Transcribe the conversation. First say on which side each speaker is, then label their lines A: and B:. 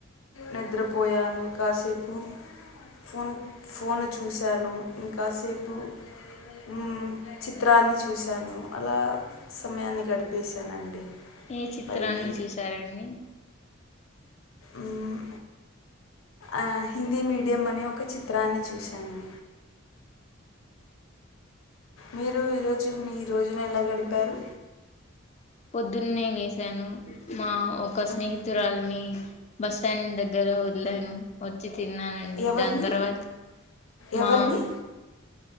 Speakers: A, on the left; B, on the left.
A: నిద్రపోయాను కాసేపు ఫోన్ ఫోన్ చూశాను ఇంకాసేపు ఉమ్ చిత్రాన్ని చూశాను అలా సమయాన్ని గడిపేశానండి
B: ఏ చిత్రాన్ని
A: మరి మీ
B: చూసారంండి అ
A: మ్, ఆ హిందీ మీడియం అని ఒక చిత్రాన్ని చూశాను మీరు ఈరోజు మీ రోజున ఎలా గడిపారు
B: పొద్దున్నే లేసాను మా ఒక స్నేహితురాలని
A: ఉమ్,
B: బస్టాండ్ దగ్గర ఉండే వచ్చిది తిన్నానండి
A: ఎవరిని
B: దాని తర్వాత
A: ఎవరిని
B: మా